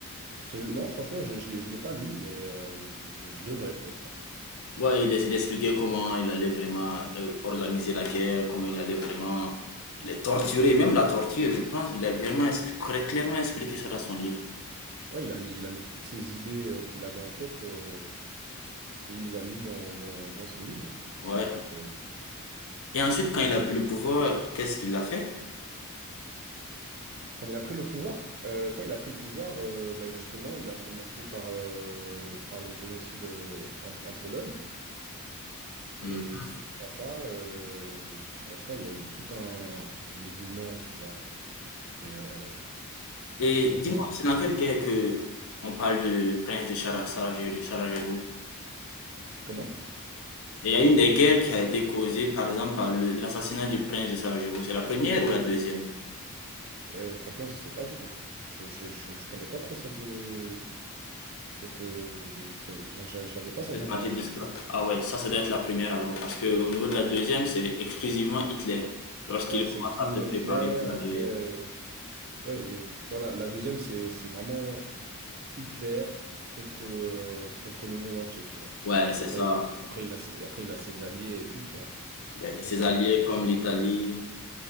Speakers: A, on the right (about 45°); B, on the left (about 65°).
A: Ce- non, franchement, je ne l'ai je l'ai pas lu, mais euh, je, je- je devrais peut-être. Ouais,
B: Ouais, il, il expliquait comment il allait vraiment euh, organiser la guerre, comment il allait vraiment les torturer, même la torture, je pense. Il a vraiment expli- cla- clairement expliqué ça dans son livre.
A: Ouais, il a mis, il a mis toutes ces idées euh, qu'il avait en tête, euh, il les a mis dans, dans- dans son livre.
B: Ouais.
A: Et écoute, euh,
B: Et ensuite, quand il a pris le pouvoir, qu'est-ce qu'il a fait?
A: Quand il a pris le pouvoir, euh, quand il a pris le pouvoir, euh, ben justement, il a commencé par, euh, par le génocide euh, en, en Pologne.
B: Hmm.
A: Et suite à ça, euh, suite à ça, il y a eu tout un, un éboulement, tu vois. Et euh,
B: Et
A: moi,
B: dis-moi,
A: je me rappelle
B: c'est
A: plus
B: dans
A: très
B: quelle
A: bien.
B: guerre que on parle du prince de Chara- Sarajevo? Sarajevo
A: Comment?
B: Et Il y a une des guerres qui a été causée, par exemple, par le- l'assassinat du prince de Sarajevo. C'est la première ou la deuxième?
A: Euh, franchement, je sais pas du tout. Je, je, je, je connais pas trop cette, euh, cette, euh, cette- j'a- j'avais pas cette
B: Cette
A: information.
B: partie de l'histoire. Ah ouais, ça, ça doit être la première alors, parce que au niveau de la deuxième, c'est exclusivement Hitler, lorsqu'il
A: Ouais, c'est
B: commence
A: exclusivement
B: à se préparer
A: Hitler.
B: pour
A: Après,
B: la guerre.
A: euh, ouais, euh, tu vois, la, la deuxième, c'est, c'est vraiment Hitler contre, euh, contre le monde entier, tu vois.
B: Ouais,
A: Après,
B: c'est ça.
A: après, il a ses, après, il a ses alliés et tout, tu vois.
B: Les- Ses
A: Mais c'est
B: alliés
A: vraiment Hitler
B: comme l'Italie,
A: contre le monde.